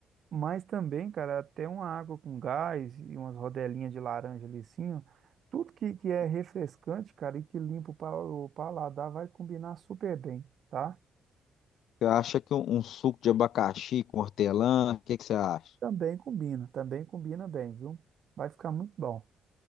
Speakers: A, on the right (about 60°); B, on the left (about 75°).
A: Mas também, cara, até uma água com gás e umas rodelinhas de laranja ali assim, ó. Tudo que, que é refrescante, cara, e que limpa o pa- o paladar vai combinar super bem, tá?
B: Você acha que um, um suco de abacaxi com hortelã, o que que você acha?
A: Também combina, também combina bem, viu? Vai ficar muito bom.